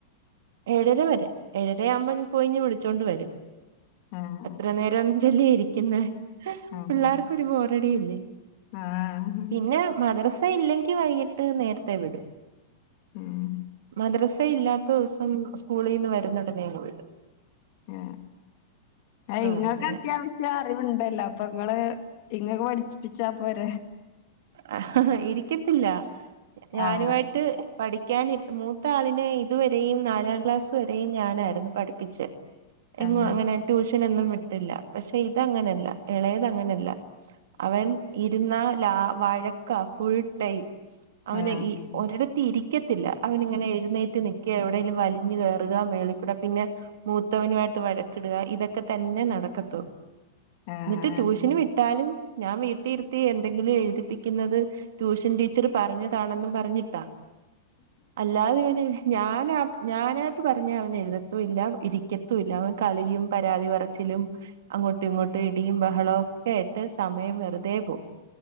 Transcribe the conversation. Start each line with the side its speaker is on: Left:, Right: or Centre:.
Right: ഏഴര വരെ ഏഴയാവുമ്പോ പോയിഞ് വിളിച്ചോണ്ട് വരും
Left: ആഹ്
Right: എത്ര നേര ഒന്നും ചെല്ലിയ ഇരിക്കുന്ന
Left: ആഹ്
Right: പിള്ളേർക്കൊരു ബോറടിിയല്ലേ
Left: ആഹ്
Right: പിന്നെ മദ്ര അ ഇല്ലെങ്കി വൈകിട്ട് നേരത്തെ വിടും
Left: ഉം
Right: മദ്രസ ഇല്ലാത്ത ദിവസം സ്കൂളിൽ നിന്ന് വരുന്നടനെങ്ങ വീട്
Left: ആ ആ
Right: ആഹ്
Left: ഇങ്ങൾക്ക്
Right: അങ്ങനെ
Left: അത്യാവശ്യം അറിവുണ്ടല്ലോ അപ്പൊ നിങ്ങള് ഇങ്ങൊക്ക്െ പഠിപ്പിച്ചാ പോര
Right: ആ ഇരിക്കത്തില്ല ഞാനുമായിട്ട്
Left: ആഹ്
Right: പഠ പഠാന മൂത്ത ആളിനെ ഇതുവരെയും നാലാം ക്ലാസ് വരെയും ഞാനായിരുന്നു പഠിപ്പിച്ച് എങ്ങ
Left: ആഹ്
Right: അങ്ങനെ ട്യൂഷനൊന്നും വിട്ടില്ല പക്ഷെ ഇതങ്ങനെയല്ല ഇളയത് അങ്ങനെയല്ല അവൻ ഇരുന്നാ ലാ വഴക്ക ഫുൾ ടൈം അവനെ
Left: ആഹ്
Right: ഈ ഒരിടത്ത് ഇരിക്ക ത്തില്ല അവനി ഇങ്ങനെ എഴുന്നേറ്റ് നിക്കുക എവിടെേങ്കലും വലിഞ്ഞഞ് കയറുക മേളിക്കൂടെ പിന്നെ മൂത്തവനുമായിട്ട് പഴക്കിടുക ഇതൊക്കെ തന്നെ നടക്കത്തുള്ളൂ
Left: ആഹ്
Right: എന്നിട്ട് ട്യൂഷന് വിട്ടാലും ഞാൻ വീട്ടിരുത്തി എന്തെങ്കിലും എഴുതിപ്പിക്കുന്നത് ട്യൂഷൻ ടീച്ചർ പറഞ്ഞതാണെന്നും പറഞ്ഞിട്ടാ അല്ലാതെ ഇവനെ ഞൻ ഞാനായിട്ട് പറഞ്ഞ അവൻ എഴുതത്തും ഇല്ല ഇരിക്കത്തും ഇല്ല അവൻ കളിയും പരാതി പറച്ചിലും അങ്ങോട്ടും ഇങ്ങോട്ടും ഇടിയും ബഹളവും ഒക്കെ ആട്ട് സമയം വെറുതെ പോകവും